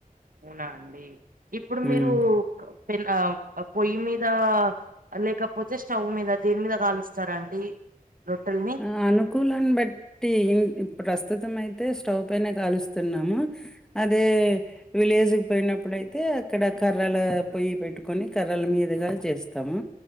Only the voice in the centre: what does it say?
హ్మ్.
ఆ! అనుకూలాన్ని బట్టి ఇప్పుడు ప్రస్తుతం అయితే స్టవ్ పైన కాలుస్తున్నాము అదే విలేజ్కి పోయినప్పుడుయితే అక్కడ కర్రలు పొయ్యి పెట్టుకొని కర్రల మీదుగా చేస్తాము